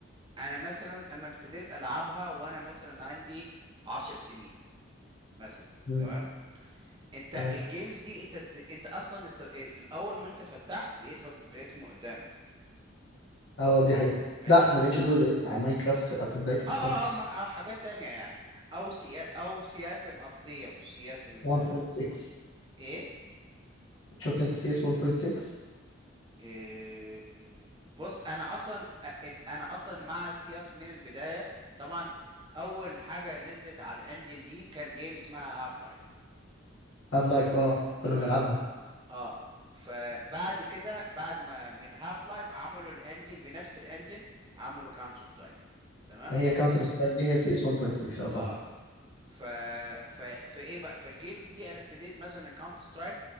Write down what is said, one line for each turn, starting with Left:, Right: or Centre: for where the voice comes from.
Right: انا مثلا انا ابتديت العبها وانا مثلا عندي عشر سنين مثلا
Left: مم،
Right: تمام انت
Left: تمام
Right: الجيمز دي انت بت- انت اصلا الت- الاول ما انت فتحت لقيتهم لقيتهم قدامك
Left: اه دي حقيقة
Right: ماشي
Left: لا ما لقيتش دول لقيت على ماينكرافت في بدايتي
Right: اه اه
Left: خالص
Right: اه ما- آه، حاجات تانية يعني او سيا او سياسة الاصلية مش سياسة ال
Left: 1.6
Right: ايه
Left: شفت انت سي اس 1.6
Right: إيه، بص انا اصلا أ- أنت- انا اصلا مع سياس من البدايه طبعا اول حاجه نزلت على الانجن دي كان جيم اسمها هاف لايف
Left: هاف لايف اه كنا
Right: تمام
Left: بنلعبها
Right: اه فبعد كده بعد ما من هاف لايف عملوا الانجن بنفس الانجن عملوا كاونتر سترايك تمام
Left: هي كاونتر سترايك دي هي سي اس 1.6 يعتبر
Right: اه ف... ف... فايه بقى فالجيمز دي انا ابتديت مثلا كاونتر سترايك